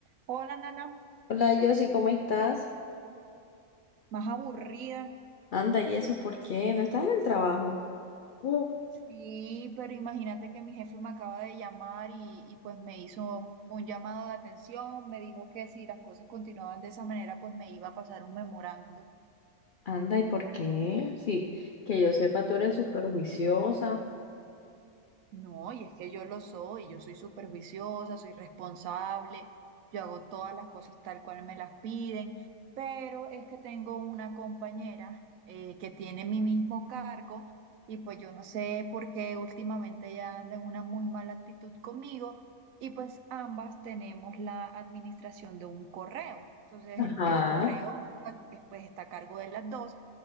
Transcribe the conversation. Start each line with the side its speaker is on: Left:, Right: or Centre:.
Right: Hola, Nana,
Left: Hola, Josie, ¿cómo estás?
Right: más aburrida.
Left: Anda, ¿y eso por qué? ¿No estás en el trabajo? No.
Right: Sí, pero imagínate que mi jefe me acaba de llamar y, y, pues me hizo un llamado de atención, me dijo que si las cosas continuaban de esa manera, pues me iba a pasar un memorando.
Left: Anda, ¿y por qué? Sí, que yo sepa, tú eres súper juiciosa.
Right: No, y es que yo lo soy, yo soy súper juiciosa, soy responsable, yo hago todas las cosas tal cual me las piden, pero es que tengo una compañera eh, que tiene mi mismo cargo y pues yo no sé por qué últimamente ella anda en una muy mala actitud conmigo y pues ambas tenemos la administración de un correo. Entonces
Left: Ajá.
Right: el, el correo la- pues está a cargo de las dos.